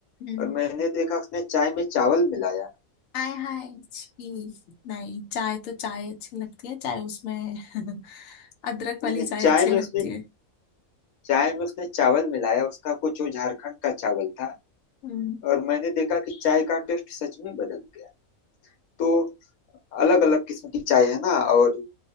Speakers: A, on the left; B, on the left.
A: हम्म
B: और मैंने देखा उसने चाय में चावल मिलाया
A: हाय हाय छी नहीं चाय तो चाय अच्छी लगती है चाय उसमें <laughs> अदरक वाली
B: मैंने
A: चाय
B: चाय
A: अच्छी
B: में
A: लगती
B: उसने
A: है
B: चाय में उसने चावल मिलाया उसका कुछ वो झारखंड का चावल था
A: हम्म
B: और मैंने देखा कि चाय का टेस्ट सच में बदल गया तो अलग अलग किस्म की चाय है ना और